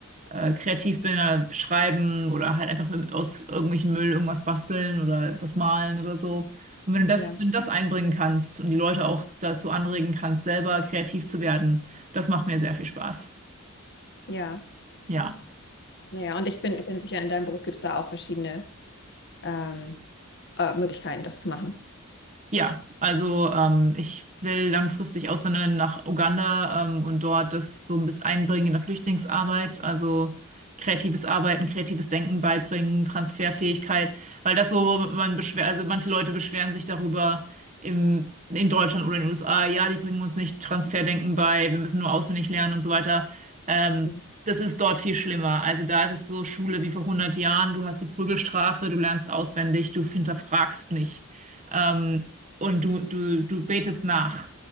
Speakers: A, on the right; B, on the left.
A: äh, kreativ bin, äh, schreiben oder halt einfach mit, aus irgendwelchen Müll irgendwas basteln oder was malen oder so. Und wenn du das,
B: ja,
A: wenn du das einbringen kannst und die Leute auch dazu anregen kannst, selber kreativ zu werden, das macht mir sehr viel Spaß.
B: ja.
A: Ja.
B: Naja, und ich bin, bin sicher, in deinem Beruf gibt es da auch verschiedene ähm, äh, Möglichkeiten, das zu machen.
A: Ja, also ähm, ich will langfristig auswandern nach Uganda ähm, und dort das so ein bisschen einbringen in der Flüchtlingsarbeit, also kreatives Arbeiten, kreatives Denken beibringen, Transferfähigkeit, weil das, wo man beschwer, also manche Leute beschweren sich darüber im, in Deutschland oder in den USA, ja, die bringen uns nicht Transferdenken bei, wir müssen nur auswendig lernen und so weiter. Ähm,
B: Mhm.
A: das ist dort viel schlimmer. Also da ist es so Schule wie vor hundert Jahren, du hast die Prügelstrafe, du lernst auswendig, du hinterfragst nicht. Ähm, und du, du, du betest nach.